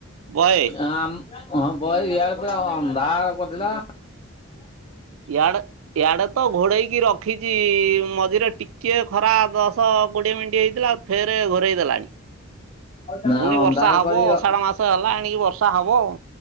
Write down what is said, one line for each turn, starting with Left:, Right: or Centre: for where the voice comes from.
Right: ବହେ
Left: <inaudible> ହଁ ବହି ୟାଡ ପ ଅନ୍ଧାର କରିଥିଲା।
Right: ୟାଡେ ୟାଡେ ତ ଘୋଡେଇକି ରଖିଛି, ମଝିରେ ଟିକିଏ ଖରା ଦଶ କୋଡିଏ ମିନିଟ ହେଇଥିଲା। ଫେର ଘୋରେଇ ଦେଲାଣି,
Left: ନା
Right: ପୁଣି
Left: ଅନ୍ଧାର
Right: ବର୍ଷା ହବ
Left: କରି ର
Right: ଅଷାଢ଼ ମାସ ହେଲା ଏଣିକି ବର୍ଷା ହବ।